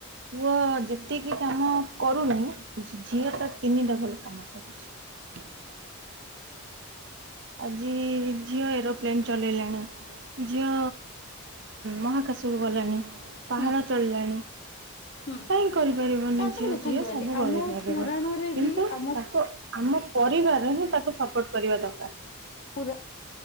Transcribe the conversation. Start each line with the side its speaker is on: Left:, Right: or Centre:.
Right: ପୁଅ ଯେତିକି କାମ କରୁନି ଝିଅ ତ ତିନିଟା ଭଲ କାମ କରୁଛି। ଆଜି ଝିଓ ଏରୋପ୍ଲେନ୍ ଚଲେଇଲାଣି ଝିଅ ମହାକାଶକୁ ଗଲାଣି ପାହାଡ
Left: ହୁଁ
Right: ଚଳିଲାଣି
Left: ହୁଁ।
Right: କାହିଁ କରିପାରିବନି
Left: ତାପରେ
Right: ଝିଅ
Left: ଦେଖନ୍ତୁ
Right: ଝିଅ
Left: ଆଣ୍ଟି
Right: ସବୁ
Left: ଆମ
Right: ଗପାରିବ
Left: ପୁରାଣରେ
Right: କିନ୍ତୁ
Left: ବି ଆମ
Right: ତାକୁ ଆମ ପରିବାର ହିଁ ତାକୁ ସପୋର୍ଟ କରିବା ଦରକାର।
Left: ପୁର